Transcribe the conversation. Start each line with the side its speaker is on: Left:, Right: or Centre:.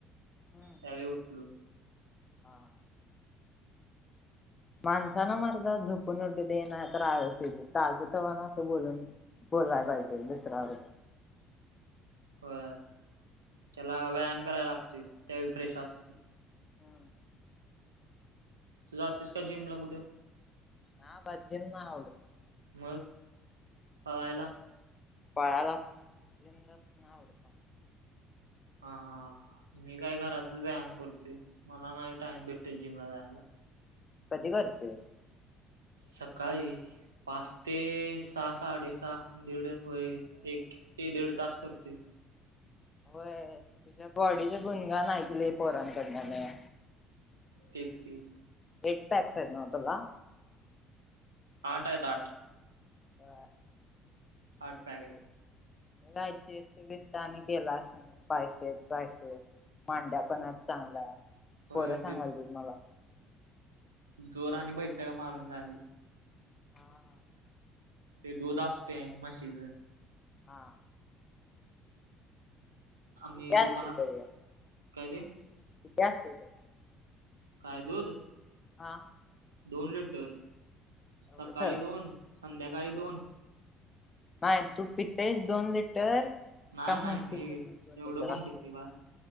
Left: हम्म
Right: त्यावेळी उठलो
Left: हां माणसाना मर्दा झोपून उठूदे नायतर आळस येऊदे ताजतवान असं बोलून बोलाय पाहिजे दुसराबरोबर
Right: होय त्याला व्यायाम करायला लागतोय त्यावेळी फ्रेश असतोय.
Left: अ
Right: तु जातेस का जिमला कुठ?
Left: हा ब जिम नाय आवड म
Right: मग पळायला
Left: पळालाचं जिमलाच नाय आवडत. मला.
Right: हा हा मी काय घरातच व्यायाम करतोय मला नाय टाइम भेटत जिमला जायाला
Left: कधी करतोयेस
Right: सकाळी पाच ते सहा साडे सहा दीड होय, एक ते दीड तास करतोय.
Left: होय, तुझ्या बॉडीचे गुणगाणं ऐकले पोरांकडना लय
Right: तेच की,
Left: एट पॅक्स हायेत नव्ह तुला
Right: आठ आयेत आठ
Left: होय.
Right: आठ पॅगं हायेत
Left: माहितीये ते <unintelligible> आणि केला असनं बायसेप ट्रायसेप मांड्या पण हायत चांगल्या
Right: होय
Left: पोरं सांगालतीत मला
Right: जोरांनी बैठका मारून झाली.
Left: हा हा
Right: ते दूध असतय म्हशीच
Left: हां
Right: आम्ही
Left: किती असतय
Right: दुकानात
Left: तरी
Right: काय ते
Left: किती असतय तरी
Right: काय दूध
Left: हा
Right: दोन लिटर
Left: एवढंच
Right: सकाळी दोन संध्याकाळी दोन
Left: बाय तू पितेस दोन लिटर
Right: नाय
Left: का म्हशीचं
Right: नाय, मी
Left: दूध दोन
Right: एवढं
Left: लिटर
Right: कोण
Left: असतय
Right: पितय बाळ